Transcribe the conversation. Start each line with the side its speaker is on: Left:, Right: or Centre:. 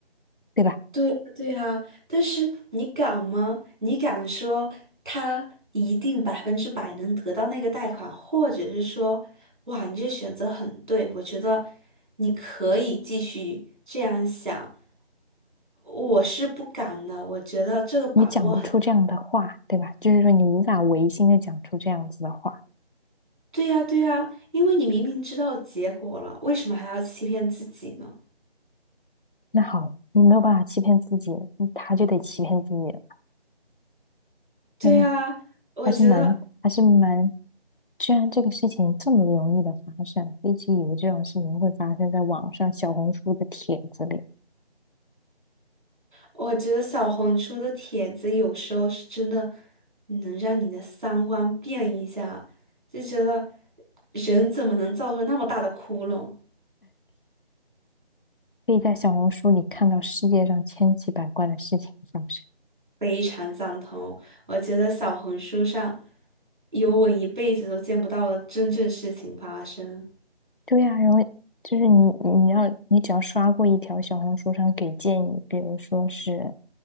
Left: 对吧？
Right: 对呀，对呀，但是你敢吗？你敢说他一定百分之百能得到那个贷款，或者是说，哇，你这选择很对，我觉得你可以继续这样想。我是不敢的，我觉得这个把握很，
Left: 你讲不出这样的话，对吧？就是说你无法违心的讲出这样子的话，
Right: 对呀，对呀，因为你明明知道结果了，为什么还要欺骗自己呢？
Left: 那好，你没有办法欺骗自己，嗯他就得欺骗自己了。
Right: 对呀，
Left: 天呐，
Right: 我觉得。
Left: 还是蛮还是蛮，居然这个事情这么容易的发生，一直以为这种事情会发生在网上小红书的帖子里，
Right: 我觉得小红书的帖子有时候是真的能让你的三观变一下，就觉得人怎么能造出那么大的窟窿？
Left: <laughs> 可以在小红书里看到世界上千奇百怪的事情发生。
Right: 非常赞同，我觉得小红书上有我一辈子都见不到的真正事情发生。
Left: 对呀、然后就是你，你要你只要刷过一条小红书上给建议，比如说是